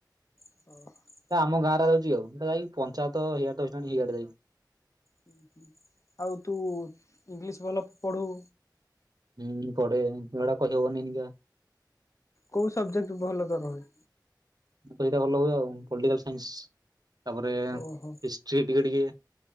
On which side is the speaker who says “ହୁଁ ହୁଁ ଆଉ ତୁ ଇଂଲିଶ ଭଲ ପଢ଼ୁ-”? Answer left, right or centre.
Left